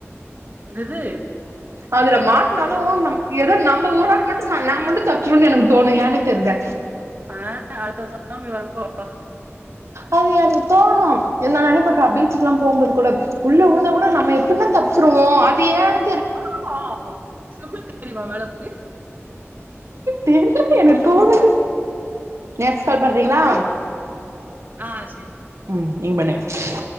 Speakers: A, on the right; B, on the right.
A: என்னது
B: அதுல மாட்டினாலு நம் ஏதோ நம்ப ஒரு ஆள் மட்டு நா நா மட்டு தப்ச்சிருவோணு எனக்கு தோணு ஏனே தெர்ல
A: ஆ அடுத்த சுனாமி வரப்போ
B: அது எனக்கு தோணு எல்லா நெனைப்பக்கா பீச்சுக்குலா போம்போது கூட உள்ள விழுந்த கூட நம்ம எப்பின்னா தப்ச்சிருவோ அது ஏனு
A: ஆ வா ஸ்வ்மிங் தெரியுமா மேடம்க்கு
B: தெர்ல எனக்கு தோணுது நெக்ஸ்ட் கால் பண்றீங்ளா
A: ஆ செரி
B: ம் நீங்க பண்ணுக